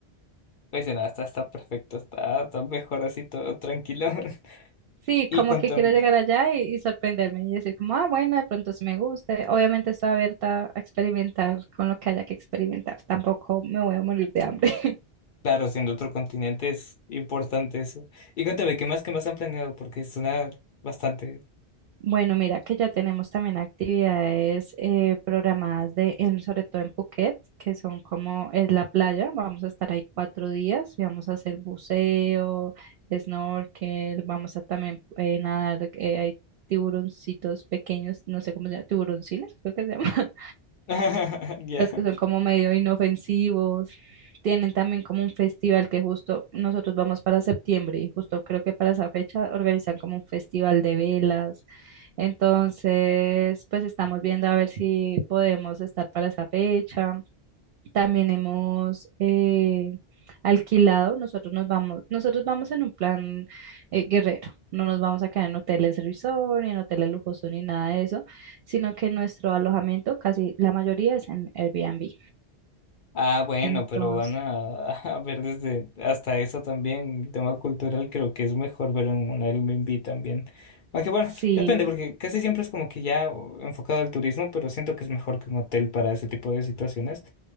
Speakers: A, on the left; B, on the right.
A: Pues nada, está, está perfecto, está, está mejor así, todo tranquilo. <laughs>
B: Sí,
A: Y
B: como
A: cuéntame.
B: que quiero llegar allá y, y sorprenderme y decir como, ah, bueno, de pronto sí me guste. Obviamente estoy abierta a experimentar con lo que haya que experimentar. Tampoco me voy a morir de hambre. <laughs>
A: Claro, siendo otro continente es importante eso. Y cuéntame, ¿qué más, qué más han planeado? Porque suena bastante.
B: Bueno, mira que ya tenemos también actividades eh, programadas de, en- sobre todo en Phuket, que son como es la playa. Vamos a estar ahí cuatro días y vamos a hacer buceo, snorkel, vamos a también eh, nadar, eh, hay tiburoncitos pequeños, no sé cómo se llama, tiburoncines, creo que se llama.
A: <laughs> Ya.
B: los que son como medio inofensivos. Tienen también como un festival que justo nosotros vamos para septiembre y justo creo que para esa fecha organizan como un festival de velas. Entonces, pues estamos viendo a ver si podemos estar para esa fecha. También hemos eh, alquilado, nosotros nos vamos, nosotros vamos en un plan eh, guerrero, no nos vamos a quedar en hoteles resort, ni en hoteles lujosos, ni nada de eso, sino que nuestro alojamiento, casi la mayoría es en Airbnb.
A: Ah, bueno,
B: Entonces,
A: pero van a, <laughs> a ver desde hasta eso también. El tema cultural creo que es mejor verlo en un Airbnb también. Aunque bueno,
B: sí,
A: depende, porque casi siempre es como que ya oh, enfocado al turismo, pero siento que es mejor que un hotel para ese tipo de situaciones.